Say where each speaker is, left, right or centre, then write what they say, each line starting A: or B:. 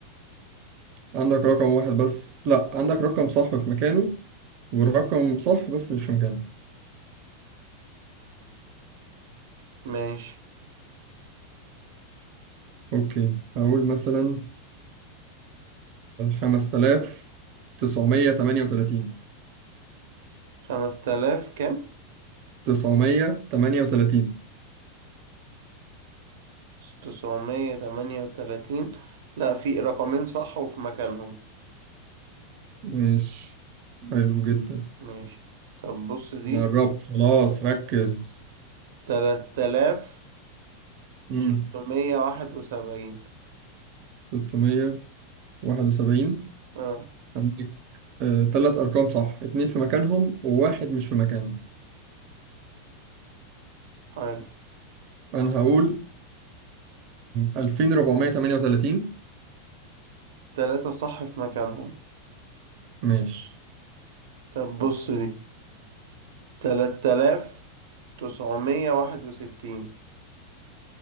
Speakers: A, on the right; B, on the right.
A: عندك رقم واحد بس لا عندك رقم صح في مكانه والرقم صح بس مش في مكانه
B: ماشي
A: اوكي هقول مثلا خمسة آلاف تسعمية تمانية وتلاتين
B: خمس تلاف كام؟
A: تسعمية تمانية وتلاتين
B: تسعمية تمانية وتلاتين لا في رقمين صح وفي مكانهم
A: مش حلو جدا
B: ماشي طب بص دي
A: أنا قربت خلاص ركز
B: تلات تلاف
A: مم.
B: ستمية واحد وسبعين
A: تلتمية واحد وسبعين
B: اه
A: عندك آه، تلات أرقام صح اتنين في مكانهم وواحد مش في مكانه
B: حلو
A: أنا هقول ألفين ربعمية تمانية وتلاتين
B: تلاتة صح في مكانهم
A: ماشي
B: طب بص دي تلات آلاف تسعمية واحد وستين